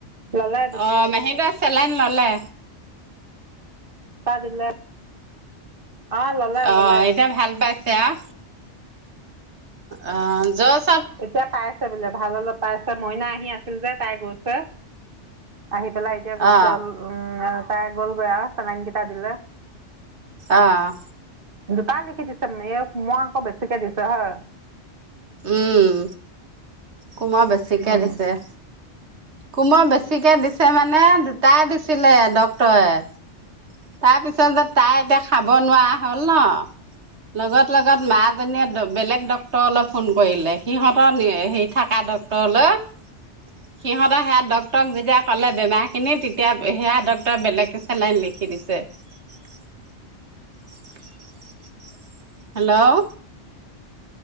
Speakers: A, on the right (about 50°); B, on the right (about 70°).
A: ল'লে
B: অ, মেহিদ চেলাইন ললে।
A: <unintelligible> অঁ ল'লে
B: অ',
A: ল'লে
B: এতিয়া ভাল পাইছে আ৷ অ', য'ত
A: এতিয়া পাইছে বোলে ভাল অলপ পাইছে মইনা আহি আছিল যে তাই গৈছে৷ আহি পেলাই এতিয়া গৈছে
B: অ
A: উম তাই গ'লগৈ আৰু চেলাইনকেইটা দিলে৷
B: অ'।
A: দুটাই লিখি দিছে মানে এই মই আকৌ বেছিকে দিছোঁ হা
B: উম, কুমৰ বেছিকে
A: উম
B: দিছে৷ কুমৰ বেছিকে দিছে মানে দুটাই দিছিলে ডক্তৰে৷ তাৰপিছত যে তাই এতিয়া খাব নোৱাৰা হ'ল ন'? লগত- লগত মাজনীয়ে বেলেগ ডক্তৰলৈ ফোন কৰিলে সিহতৰ হেৰি থাকাত ডক্তৰলৈ সিহতৰ সেয়া ডক্তৰক যেতিয়া কলে বেমাৰ খিনি তেতিয়া সেয়া ডক্তৰে বেলেগকে চেলাইন লিখি দিছে৷ <inaudible> হেল্ল',